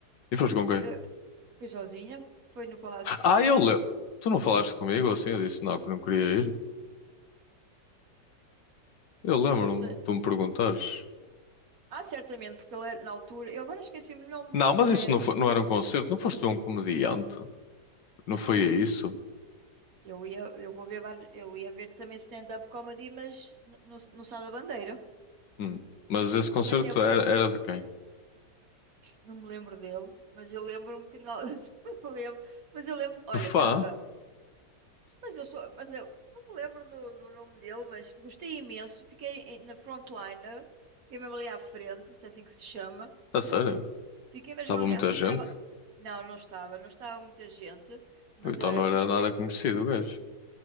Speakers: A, on the left; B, on the right.
A: E foste com quem?
B: Eh, foi sozinha, foi no Palácio
A: Ah,
B: de Cristal.
A: eu lembro. Tu não falaste comigo assim? Eu disse não, que não queria ir. Eu lembro-me
B: Não sei.
A: de tu me perguntares.
B: Ah, certamente, porque ele era, na altura, eu agora esqueci-me o nome,
A: Não,
B: ele
A: mas isso
B: é,
A: não, foi, não era um concerto. Não foste um comediante? Não foi
B: ah,
A: isso?
B: eu ia, eu vou ver, vários- eu ia ver também stand-up comedy, mas no, no, no Sá da Bandeira,
A: Hum. Mas esse concerto
B: que até foi,
A: era, era de quem?
B: não me lembro dele, mas eu lembro-me que não, <laughs> não me lembro, mas eu lembro, olha,
A: Fá?
B: estava, mas eu sou, mas eu não me lembro do, do nome dele, mas gostei imenso, fiquei em- na frontliner, fiquei mesmo ali à frente, se é assim que se chama,
A: A sério?
B: fiquei mesmo
A: Estava
B: ali
A: muita
B: à frente,
A: gente?
B: estava, não, não estava, não estava muita gente, mas
A: O Então
B: olha,
A: não
B: um
A: era
B: espé.
A: nada conhecido, o gajo.